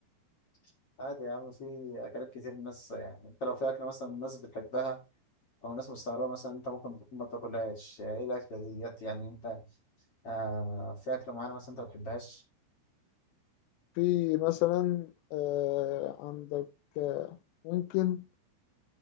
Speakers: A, on the left; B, on the left.
A: <laughs> عادي يا عم في اكلات كتير الناس يعني انت لو في اكله مثلا الناس بتحبها او الناس مستغربه مثلا انت ممكن تكون ما تاكلهاش ايه الاكله ديت يعني انت آه في اكله معينه مثلا انت ما بتحبهاش
B: في مثلا آه عندك آه ممكن